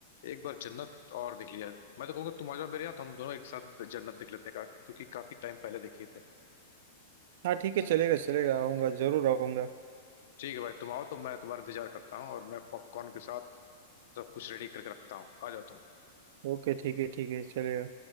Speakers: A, on the left; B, on the right.
A: एक बार जन्नत और देख लिया मैं तो कहूँगा तुम आ जाओ मेरे यहाँ तो हम दोनों एक साथ जन्नत देख लेते हैं का- क्योंकि काफी टाइम पहले देखे थे
B: हाँ ठीक है चलेगा चलेगा आऊंगा जरूर आऊंगा
A: ठीक है भाई तुम आओ तो मैं तुम्हारा इंतजार करता हूँ और मैं पॉपकॉर्न के साथ सब कुछ रेडी करके रखता हूँ आ जाओ तुम
B: ओके ठीक है ठीक है चलेगा